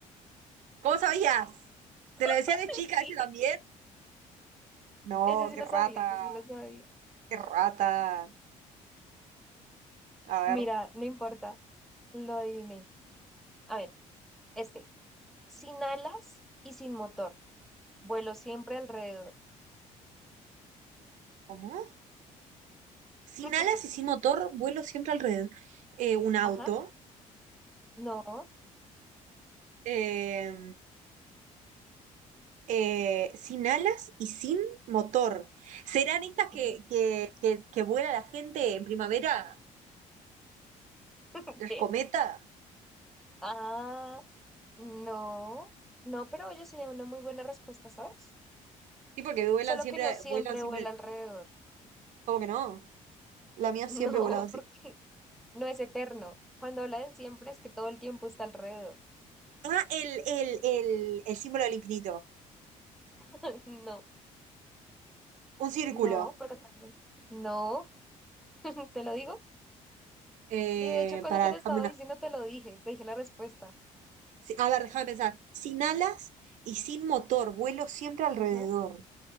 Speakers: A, on the right; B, in the centre.
A: ¿Cómo sabías? ¿Te lo decía
B: <laughs>
A: de chica ese también?
B: Sí.
A: No,
B: Ese sí
A: qué
B: lo
A: rata,
B: sabía, ese sí lo sabía.
A: qué rata. A ver,
B: Mira, no importa. Lo adiviné. A ver, este. Sin alas y sin motor. Vuelo siempre alrededor.
A: ¿cómo? Sin
B: <laughs>
A: alas y sin motor, vuelo siempre alrededor. Eh, un auto.
B: Ajá, no.
A: Eh, eh, sin alas y sin motor. ¿Serán estas que,
B: Ujú.
A: que, que, que vuela la gente en primavera?
B: <laughs>
A: ¿Las
B: ¿Qué?
A: cometas?
B: Ah, no. No, pero oye, sería una muy buena respuesta, ¿sabes?
A: Sí, porque vuelan
B: Solo
A: siempre,
B: que no siempre
A: vuelan siempre.
B: vuela alrededor. <laughs>
A: ¿Cómo que no? La mía
B: No,
A: siempre ha volado así.
B: porque no es eterno. Cuando habla del siempre es que todo el tiempo está alrededor.
A: Ah, el, el, el, el símbolo del infinito.
B: <laughs> No,
A: Un círculo.
B: no, pero también. No, <laughs> te lo digo.
A: Eh,
B: Y de hecho, cuando
A: para
B: te
A: dejarme
B: lo estaba
A: una.
B: diciendo, te lo dije, te dije la respuesta.
A: sí, A ver, déjame pensar. Sin alas y sin motor. Vuelo siempre alrededor.
B: Ajá.